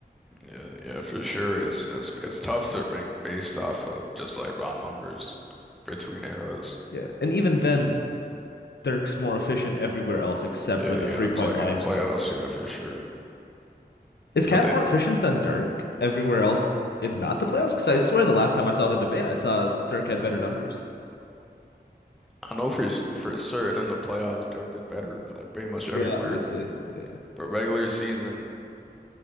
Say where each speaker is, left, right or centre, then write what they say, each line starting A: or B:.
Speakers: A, in the centre; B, on the left.
A: Yeah, yeah, for sure. It's it's it's tough to rank based off of just like raw numbers between eras.
B: Yeah. And even then, Dirk's more efficient everywhere else except
A: Yeah,
B: for the
A: yeah,
B: three-point
A: in the play
B: line.
A: in the playoffs, yeah, for sure.
B: Is Cat
A: But then
B: more efficient than Dirk everywhere else in not the playoffs? Because I swear the last time I saw the debate, I saw Dirk had better numbers.
A: I know for for certain in the playoffs, Dirk is better like pretty much everywhere.
B: Yeah, obviously. Yeah.
A: But regular season,